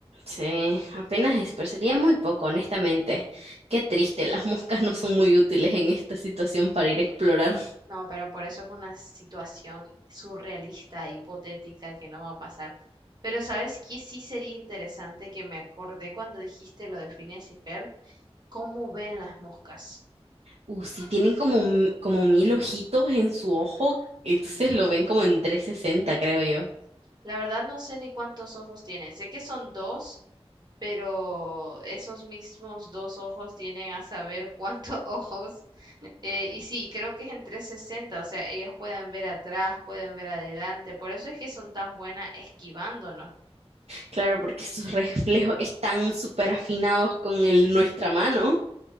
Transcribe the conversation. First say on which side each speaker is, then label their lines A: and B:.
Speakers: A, on the right (about 75°); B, on the right (about 40°).
A: Sí, apenas eso, pero sería muy poco, honestamente. Qué triste, las moscas no son muy útiles en esta situación para ir a explorar.
B: No, pero por eso es una situación surrealista, hipotética, que no va a pasar. Pero ¿sabes qué? Sí sería interesante que me acordé cuando dijiste lo de Phineas y Fer, cómo ven las moscas.
A: Uh, sí, tienen como, m- como mil ojitos en su ojo, entonces lo ven como en 360, creo yo.
B: La verdad no sé ni cuántos ojos tienen. Sé que son dos, pero esos mismos dos ojos tienen a saber cuántos <laughs> ojos. Eh, y sí, creo que es en 360, o sea, ellos pueden ver atrás, pueden ver adelante. Por eso es que son tan buenas esquivándonos.
A: Claro, porque sus reflejos están súper afinados con el, nuestra mano.